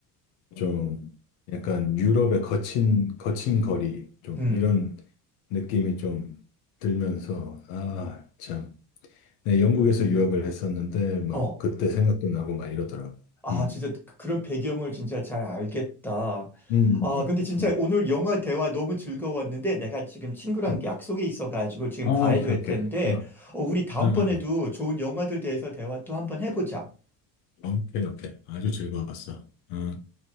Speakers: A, on the left (about 75°); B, in the centre.
A: 좀 약간 유럽의 거친, 거친 거리, 좀
B: 음,
A: 이런 느낌이 좀 들면서, 아, 참. 네, 영국에서 유학을 했었는데, 막
B: 어.
A: 그때 생각도 나고 막 이러더라고.
B: 아,
A: 음,
B: 진짜 그- 그런 배경을 진짜 잘 알겠다.
A: 음,
B: 아, 근데 진짜
A: 음.
B: 오늘 영화 대화 너무 즐거웠는데 내가 지금 친구랑
A: 음.
B: 약속이 있어가지고 지금
A: 어,
B: 가야
A: 오케이,
B: 될
A: 오케이.
B: 텐데
A: 어,
B: 어, 우리 다음번에도
A: 어, 어.
B: 좋은 영화들 대해서 대화 또 한번 해보자.
A: 오케이, 오케이. 아주 즐거웠어. 어.